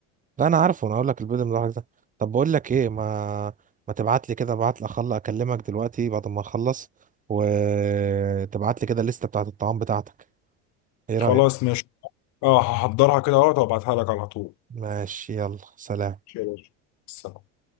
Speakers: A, on the right (about 25°); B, on the left (about 60°).
A: لا انا عارفه انا اقول لك البيض من الحاجات ده طب بقول لك ايه ما ما تبعت لي كده ابعت لي اخلص اكلمك دلوقتي بعد ما اخلص وتبعت لي كده الليسته بتاعت الطعام بتاعتك ايه رايك
B: خلاص ماشي اه هحضرها كده اهوت وابعتها لك على طول
A: ماشي يلا سلام
B: ماشي يا باشا سلام.